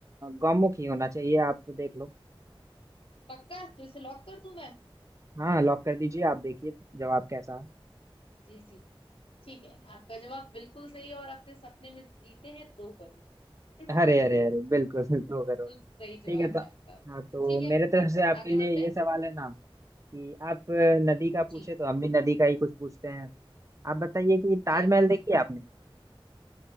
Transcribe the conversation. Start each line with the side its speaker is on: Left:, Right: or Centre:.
Right: गौमुख ही होना चाहिए आप तो देख लो
Left: पक्का तो इसे लॉक कर दूं मैं
Right: हाँ लॉक कर दीजिए आप देखिए जवाब कैसा
Left: जी जी ठीक है आपका जवाब बिल्कुल सही है और आपने सपने में जीते हैं दो करोड़
Right: है अरे
Left: <laughs>
Right: अरे अरे बिल्कुल <laughs> दो करोड़
Left: तो सही
Right: ठीक
Left: जवाब
Right: है तो
Left: है आपका
Right: हाँ तो
Left: ठीक है
Right: मेरे तरफ
Left: फिर
Right: से आपके
Left: आगे
Right: लिए
Left: बढ़ते हैं
Right: ये सवाल है ना कि आप नदी का पूछे
Left: जी
Right: तो हम भी नदी का ही कुछ पूछते हैं आप बताइए कि ताजमहल
Left: जी जी
Right: देखी
Left: जी
Right: है
Left: जी।
Right: आपने